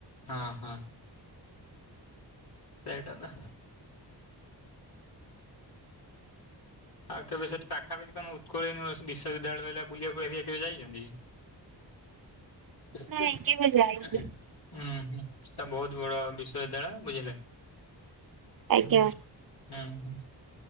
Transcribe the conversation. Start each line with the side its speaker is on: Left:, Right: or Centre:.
Left: ହଁ ହଁ। ସେଇଟା ତ ଆଉ କେବେ ସେଠି ପାଖାପାଖି ତମ ଉକଳ ୟୁନିଭର୍ସିଟି ବିଶ୍ୱବିଦ୍ୟାଳୟ ହେଲା ବୁଲିବାକୁ କେବେ ଯାଇଛନ୍ତି? <inaudible>
Right: ନାଇଁ କେବେ ଯାଇନି
Left: ହୁଁ ହୁଁ ସେ ବହୁତ ବଡ ବିଶ୍ୱବିଦ୍ୟାଳୟ ବୁଝିଲେ?
Right: ଆଜ୍ଞା।
Left: ଅଁ, ହଁ।